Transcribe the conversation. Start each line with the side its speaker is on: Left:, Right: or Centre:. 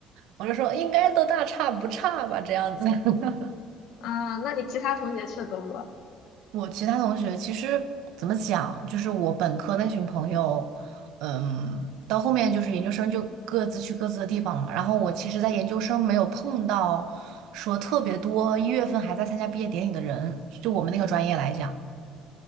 Right: 我就说应该都大差不差吧，这样子。<laughs>
Left: 啊，那你其他同学去的多不多？
Right: 我其他同学其实怎么讲，就是我本科那群朋友，嗯，到后面就是研究生就各自去各自的地方了嘛。然后我其实，在研究生没有碰到说特别多一月份还在参加毕业典礼的人，就我们那个专业来讲。